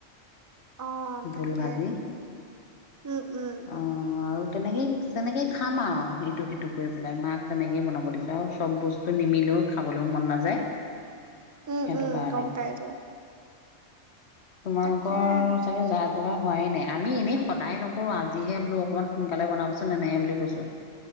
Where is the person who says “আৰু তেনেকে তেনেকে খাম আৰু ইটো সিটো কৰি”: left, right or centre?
Left